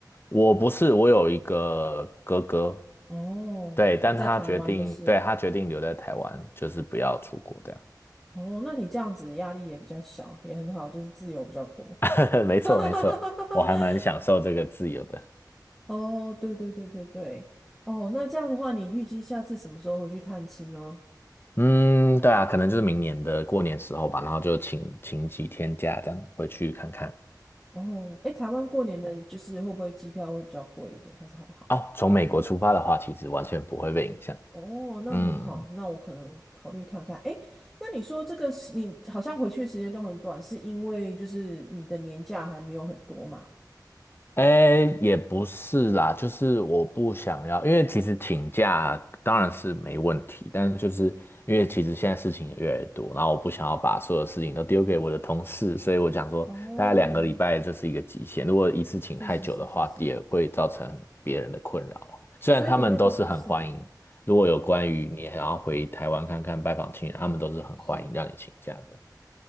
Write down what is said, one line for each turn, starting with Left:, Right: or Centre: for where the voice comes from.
Left: 我不是，我有一个哥哥，
Centre: 哦，
Left: 对，但他决定，
Centre: 那在台湾就是了
Left: 对，他决定留在台湾，就是不要出国这样。
Centre: 哦，那你这样子压力也比较小，也很好，就是自由比较多。
Left: <laughs> 没错，
Centre: <laughs>
Left: 没错，我还蛮享受这个自由的。
Centre: 哦，对对对对对，哦，那这样的话，你预计下次什么时候回去探亲呢？
Left: 嗯，对啊，可能就是明年的过年时候吧，然后就请请几天假这样回去看看。
Centre: 哦，诶，台湾过年的就是会不会机票会比较贵一点，还是还好？
Left: 哦，从美国出发的话，其实完全不会被影响。
Centre: 哦，那很好，
Left: 嗯。
Centre: 那我可能考虑看看。诶，那你说这个是你好像回去的时间都很短，是因为就是你的年假还没有很多嘛？
Left: 哎，也不是啦，就是我不想要，因为其实请假当然是没问题，但是就是因为其实现在事情也越来越多，然后我不想要把所有事情都丢给我的同事，所以我想说，
Centre: 哦，
Left: 大概两个礼拜这是一个极限，如果一次请太久的话，
Centre: 是是是是是，
Left: 也会造成别人的困扰啦虽然他们都是很欢迎，
Centre: 所以你那个是
Left: 如果有关于你想要回台湾看看拜访亲人，
Centre: 哦，
Left: 他们都是很欢迎让你请假的。
Centre: 是